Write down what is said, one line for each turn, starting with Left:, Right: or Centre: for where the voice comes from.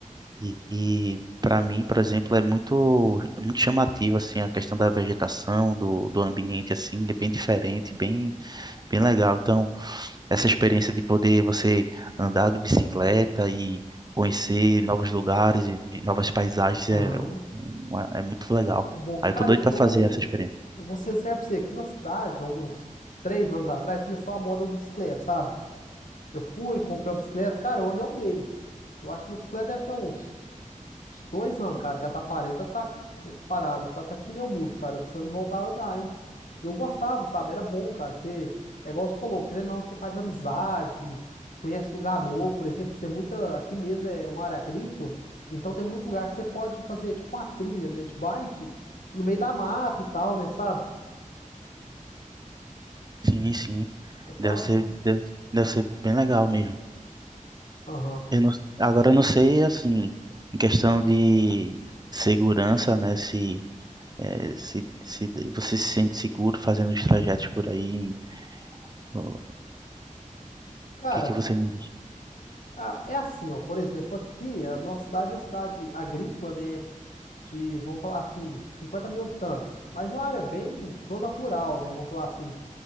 Right: E, e para mim, por exemplo, é muito, muito chamativo, assim, a questão da vegetação, do, do ambiente, assim, é bem diferente, bem, bem legal. Então, essa experiência de poder você andar de bicicleta e conhecer novos lugares e e novas paisagens é,
Left: aham.
Right: uma- é muito legal.
Left: É bom.
Right: Aí
Left: Cara,
Right: eu tô doido
Left: eu,
Right: para fazer essa experiência.
Left: Eu vou ser sincero pra você, aqui na cidade, há uns três anos atrás, começou a moda da bicicleta, sabe? Eu fui, comprei uma bicicleta, cara, eu andei um mês. Eu acho que minha bicicleta deve ter uns, uns dois anos, cara, que ela tá parada, tá de- parada, tá até com pneu murcho, cara, eu precisando voltar a andar, hein? E Eu gostava, sabe? Era bom, cara, você, é igual você falou, querendo ou não, você faz amizade, conhece lugar novo, por exemplo, tem muita, aqui mesmo é uma área agrícola, então tem muito lugar que você pode fazer, tipo, uma trilha, né, de bike, no meio da mata e tal, né, sabe?
Right: Sim, sim.
Left: Eu falo
Right: Deve ser,
Left: assim.
Right: deve, deve ser bem legal mesmo.
Left: Aham.
Right: Eu não, agora eu não sei, assim, em questão de segurança, né? Se, eh, se, se você se sente seguro fazendo os trajetos por aí. O
Left: Cara,
Right: que que você me diz?
Left: ah, é assim, ó. Por exemplo, aqui, a nossa cidade é uma cidade agrícola, né? De, vamos falar assim, 50 mil habitantes. Mas é uma área bem zona rural, né? Vamos falar assim.